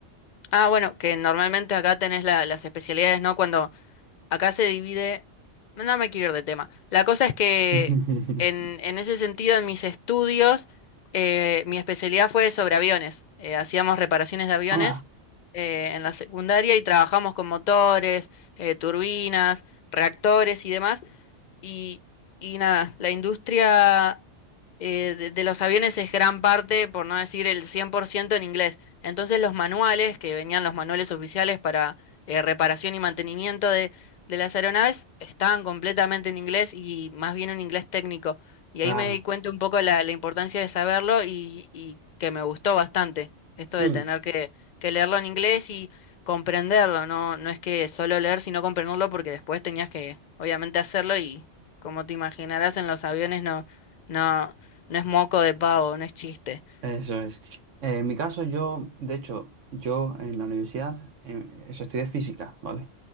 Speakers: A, on the left; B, on the right.
A: Ah, bueno, que normalmente acá tenés la- las especialidades, ¿no? Cuando acá se divide, no me quiero ir de tema. La cosa es que
B: <laughs>
A: en, en ese sentido, en mis estudios, eh, mi especialidad fue sobre aviones. Eh, hacíamos reparaciones de aviones
B: Ah,
A: eh, en la secundaria y trabajamos con motores, eh, turbinas, reactores y demás. Y, y nada, la industria eh, de, de los aviones es gran parte, por no decir el 100% en inglés. Entonces los manuales, que venían los manuales oficiales para eh, reparación y mantenimiento de, de las aeronaves, estaban completamente en inglés y más bien en inglés técnico. Y
B: claro.
A: ahí me di cuenta un poco la, la importancia de saberlo y, y que me gustó bastante esto de
B: Mm,
A: tener que, que leerlo en inglés y comprenderlo. No, no es que solo leer, sino comprenderlo porque después tenías que, obviamente, hacerlo y como te imaginarás, en los aviones no, no, no es moco de pavo, no es chiste.
B: Eso es. Eh, en mi caso, yo, de hecho, yo en la universidad, eh, eso estudié física, ¿vale?